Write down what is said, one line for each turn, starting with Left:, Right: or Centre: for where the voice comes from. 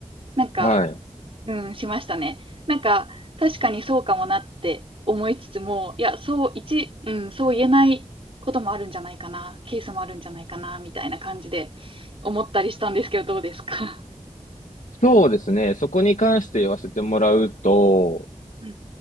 Right: なんか、
Left: はい。
Right: うん、しましたね。なんか、確かにそうかもなって思いつつも、いや、そう、一、うん、そう言えないこともあるんじゃないかな、ケースもあるんじゃないかな、みたいな感じで思ったりしたんですけど、どうですか
Left: そうですね。そこに関して言わせてもらうと、
Right: うん。